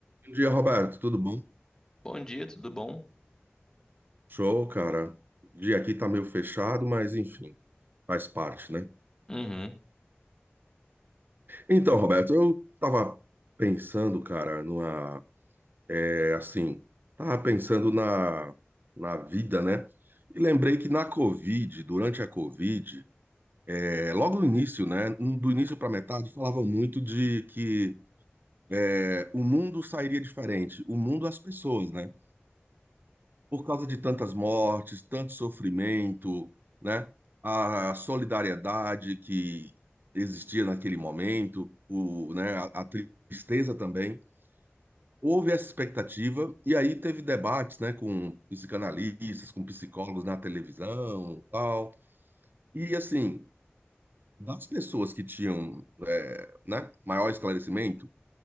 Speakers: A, on the right (about 50°); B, on the left (about 15°).
A: Bom dia, Roberto. Tudo bom?
B: Bom dia, tudo bom?
A: Show, cara. O dia aqui tá meio fechado, mas enfim, faz parte, né?
B: Uhum,
A: Então, Roberto, eu tava pensando, cara, numa, é assim, tava pensando na, na vida, né? E lembrei que na Covid, durante a Covid, é, logo no início, né? Do início pra metade, falavam muito de que é, o mundo sairia diferente, o mundo, as pessoas, né? por causa de tantas mortes, tanto sofrimento, né? A solidariedade que existia naquele momento, o, né? A, a tristeza também. Houve essa expectativa e aí teve debates, né? Com psicanalistas, com psicólogos na televisão, tal. E assim, das pessoas que tinham, é, né? Maior esclarecimento